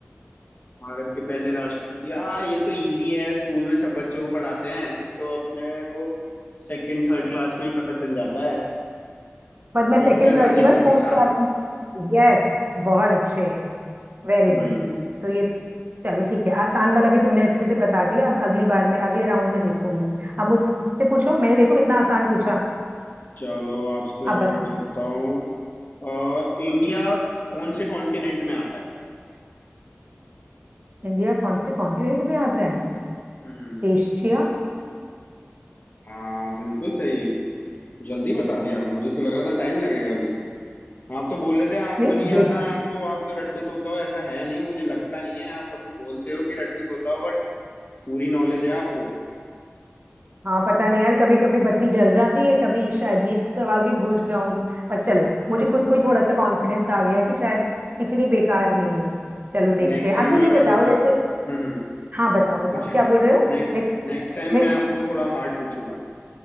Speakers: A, on the left (about 50°); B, on the right (about 45°).
A: भारत के पहले राष्ट्रपति हाँ ये तो इजी है स्कूल में सब बच्चों को पढ़ाते हैं ये तो अपने को सेकंड थर्ड क्लास में ही पता चल जाता है
B: पर मैं सेकंड
A: डॉक्टर
B: थर्ड
A: राजेंद्र
B: के बाद फोर्थ
A: प्रसाद
B: क्लास में यस बहुत अच्छे वेरी
A: हम्म
B: गुड तो ये तो चलो ठीक है आसान वाला भी तुमने अच्छे से बता दिया अब अगली बार में अगले राउंड में देखूंगी अब मुझसे पूछो मैंने देखो कितना आसान पूछा
A: चलो आपसे
B: अब
A: मैं
B: बताओ
A: पूछता हूँ अ, इंडिया कौन से कॉन्टिनेंट में आता है
B: इंडिया कौन से कॉन्टिनेंट में आता है
A: हम्म
B: एशिया
A: हाँ बिल्कुल सही जल्दी बता दिया मुझे तो लग रहा था टाइम लगेगा अभी आप तो बोल रहे थे आपको
B: नहीं
A: नहीं
B: बे
A: आता आपको आप तो रट्टू तोता हो ऐसा है नहीं मुझे लगता नहीं है आप सबको बोलते हो कि रट्टू तोता हो बट पूरी नॉलेज है आपको
B: हाँ पता नहीं यार कभी कभी बत्ती जल जाती है कभी शायद ये सवाल भी भूल जाऊंगी पर चलो मुझे खुद को ही थोड़ा सा कॉन्फिडेंस आ गया कि शायद इतनी बेकार नहीं हूँ चलो देखते
A: नेक्स्ट
B: हैं
A: टाइम
B: अच्छा ये
A: में मैं
B: बताओ
A: थोड़ा
B: जैसे
A: हम्म हम्म,
B: हाँ बताओ बताओ
A: पूछिए
B: क्या बोल रहे हो
A: नेक्स्ट
B: नेक्स्ट
A: नेक्स्ट टाइम
B: नेक्स्ट
A: मैं आपको थोड़ा हार्ड पूछूंगा